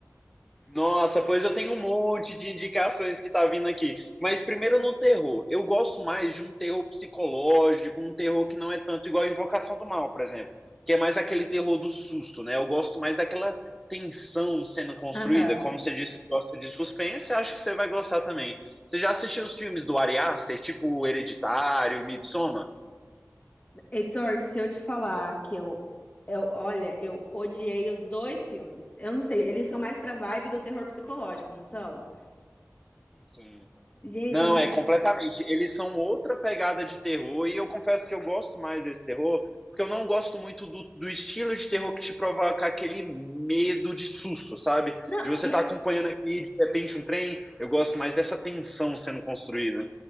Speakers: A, in the centre; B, on the left.
A: Nossa, pois eu tenho um monte de indicações que tá vindo aqui. Mas primeiro no terror. Eu gosto mais de um terror psicológico, um terror que não é tanto igual a Invocação do Mal, por exemplo, que é mais aquele terror do susto, né? Eu gosto mais daquela tensão sendo construída.
B: <laughs> Aham.
A: Como você disse que gosta de suspense, acho que você vai gostar também. Você já assistiu os filmes do Ari Aster, tipo Hereditário, Midsommar?
B: Heitor, se eu te falar que eu, eu, olha, eu odiei os dois filmes. Eu não sei, eles são mais pra vibe do terror psicológico, não são?
A: Sim.
B: Gente,
A: Não,
B: eu não gosto.
A: é completamente. Eles são outra pegada de terror, e eu confesso que eu gosto mais desse terror, porque eu não gosto muito do, do estilo de terror que te provoca aquele medo de susto, sabe?
B: Não,
A: De você
B: e-
A: estar acompanhando aqui, de repente, um trem. Eu gosto mais dessa tensão sendo construída.